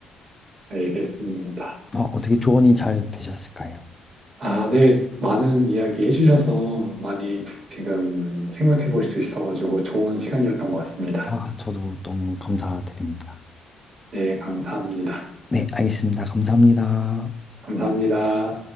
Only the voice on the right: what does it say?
알겠습니다.
아, 네. 많은 이야기 해주셔서 많이 지금 생각해 볼 수 있어가지고 좋은 시간이었던 것 같습니다.
네, 감사합니다.
감사합니다.